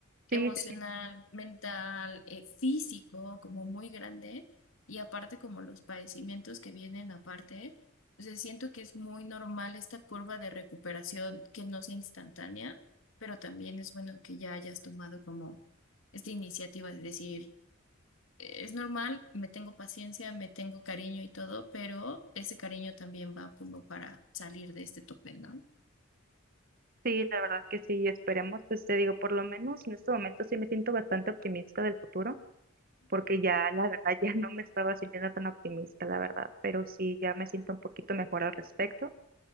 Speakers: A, on the left; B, on the right.
A: emocional,
B: Sí, sí, sí,
A: mental, eh, físico, como muy grande, y aparte como los padecimientos que vienen aparte, o sea, siento que es muy normal esta curva de recuperación que no sea instantánea, pero también es bueno que ya hayas tomado como esta iniciativa de decir, "Eh, es normal, me tengo paciencia, me tengo cariño y todo, pero ese cariño también va como para salir de este tope, ¿no?
B: sí, la verdad que sí, esperemos, pues te digo, por lo menos en este momento sí me siento bastante optimista del futuro, porque ya la verdad ya no me estaba sintiendo tan optimista, la verdad, pero sí ya me siento un poquito mejor al respecto